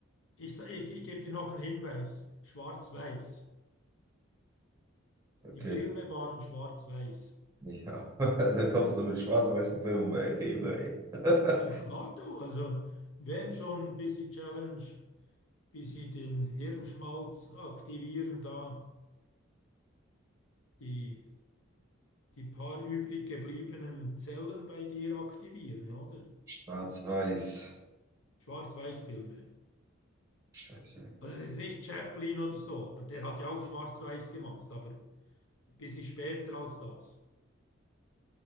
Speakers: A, on the left; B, on the right.
A: Ich, sa- ich, ich gebe dir noch einen Hinweis. Schwarz-Weiß.
B: Okay,
A: Die Filme waren schwarz-weiß.
B: nicht, ja. <laughs> Da kommst du mit schwarz-weißen Filmen um die Ecke, Junge, ey. <laughs>
A: Ja, klar, du. Also, wenn schon ein bisschen Challenge, bisschen den Hirnschmalz aktivieren, da die, die paar übrig gebliebenen Zellen bei dir aktivieren, oder?
B: Schwarz-weiß.
A: Schwarz-Weiß-Filme.
B: Scheiße.
A: Also, es ist nicht Chaplin oder so, aber der hat ja auch schwarz-weiß gemacht, aber. bisschen später als das.